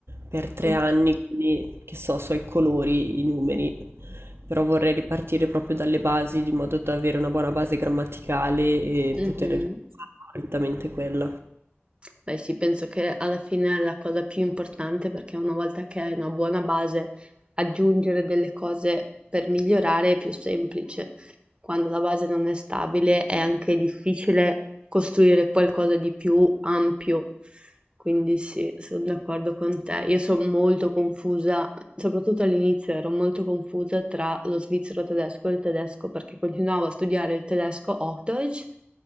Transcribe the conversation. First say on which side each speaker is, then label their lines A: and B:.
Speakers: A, on the right (about 70°); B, on the right (about 25°).
A: per tre
B: Oc
A: anni, quindi che so, so i colori, i numeri, però vorrei ripartire proprio dalle basi di modo da avere una buona base grammaticale e
B: mh-mh.
A: poter fare correttamente quella.
B: Beh sì, penso che alla fine è la cosa più importante, perché una volta che hai una buona base, aggiungere delle cose per migliorare è più semplice. Quando la base non è stabile è anche difficile costruire qualcosa di più ampio. Quindi sì, sono d'accordo con te. Io sono molto confusa, soprattutto all'inizio ero molto confusa tra lo svizzero tedesco e il tedesco perché continuavo a studiare il tedesco Hochdeutsch